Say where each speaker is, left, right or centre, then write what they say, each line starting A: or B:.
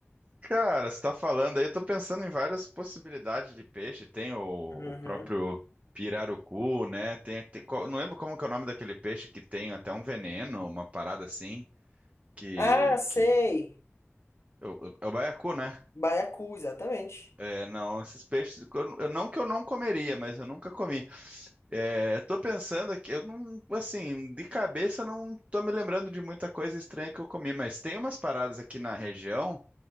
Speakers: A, on the right; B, on the left.
A: Cara, você tá falando aí, eu tô pensando em várias possibilidades de peixe. Tem o,
B: Uhum.
A: o próprio pirarucu, né? Tem, tem- qual- não lembro como que é o nome daquele peixe que tem até um veneno, uma parada assim, que,
B: Ah, sei!
A: que Eu- eu- É o baiacu, né?
B: Baiacu, exatamente.
A: É, não, esses peixes, eu, eu- não que eu não comeria, mas eu nunca comi. É, tô pensando aqui, eu não, assim, de cabeça não tô me lembrando de muita coisa estranha que eu comi, mas tem umas paradas aqui na região